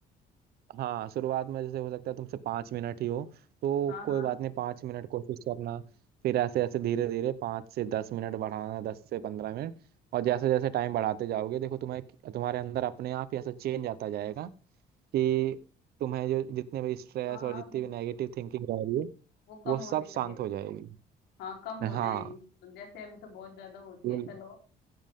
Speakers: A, on the right; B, on the left.
A: हाँ शुरुआत में जैसे हो सकता है तुमसे पाँच मिनट ही हो तो
B: हाँ
A: कोई
B: हाँ
A: बात नहीं पाँच मिनट कोशिश करना फिर ऐसे ऐसे धीरे धीरे पाँच से दस मिनट बढ़ाना दस से पंद्रह मिनट और जैसे जैसे टाइम बढ़ाते जाओगे देखो तुम्हें तुम्हारे अंदर अपने आप ही ऐसा चेंज आता जाएगा कि तुम्हें जो जितने भी स्ट्रेस
B: हाँ
A: और
B: हाँ
A: जितनी
B: बिल्कुल
A: भी नेगेटिव थिंकिंग रह रही है
B: वो कम
A: वो सब
B: होने लगे
A: शांत हो जाएगी
B: हाँ कम हो
A: हाँ
B: जाएगी मतलब जैसे अभी तो बहुत ज्यादा होती
A: बिल-
B: है चलो